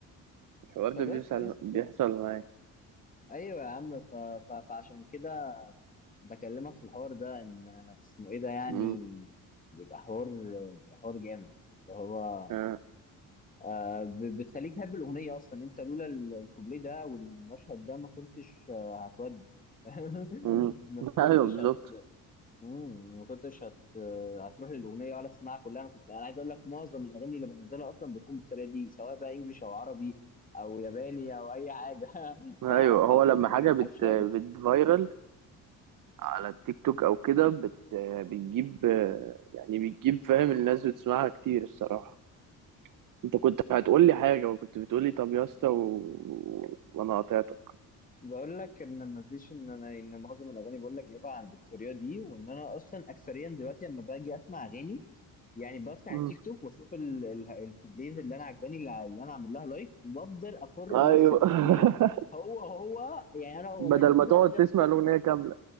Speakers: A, on the right; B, on the left.
A: الحوار ده
B: فبس
A: بيحصل
B: يا اسطى
A: بيحصل معايا
B: ايوه يا عم ف... ف... فعشان كده بكلمك في الحوار ده ان اسمه ايه ده يعني
A: مم.
B: بيبقى حوار بيبقى حوار جامد اللي هو
A: آه.
B: آه ب- بتخليك تحب الاغنيه اصلا انت لولا ال- الكوبليه ده والمشهد ده ما كنتش آه، هتودي <laughs>
A: مم.
B: ما
A: <laughs>
B: كنتش
A: ايوه بالظبط
B: امم ما كنتش هت... هتروح للاغنيه ولا تسمعها كلها انا كنت انا عايز اقول لك معظم الاغاني اللي بنزلها اصلا بتكون بالطريقه دي سواء بقى انجليش او عربي او ياباني او اي حاجه <laughs> بعرفها
A: ايوه هو
B: من
A: لما
B: من
A: حاجه بت
B: مشهد
A: بتفايرل على التيك توك او كده بت بتجيب يعني بتجيب فاهم الناس بتسمعها كتير الصراحه انت كنت هتقول لي حاجه وكنت بتقول لي طب يا اسطى و... وانا قاطعتك
B: بقول لك ان ما فيش ان انا ان معظم الاغاني بقول لك جايبها عن- بالطريقه دي وان انا اصلا اكثريا دلوقتي لما باجي اسمع اغاني يعني بفتح
A: مم.
B: التيك توك واشوف ال... ال... الكوبليز اللي انا عجباني اللي, اللي انا عامل لها لايك وبفضل اكرر
A: ايوه
B: نفس الكوبليه
A: <laughs>
B: هو هو يعني انا والله
A: بدل
B: الفتره
A: ما تقعد
B: الاخيره
A: تسمع الأغنية كاملة